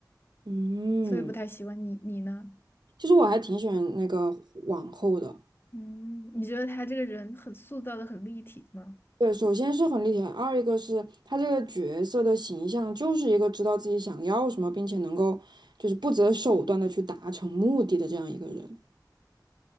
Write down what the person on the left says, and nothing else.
所以不太喜欢你，你呢？
嗯，你觉得他这个人很塑造的很立体吗？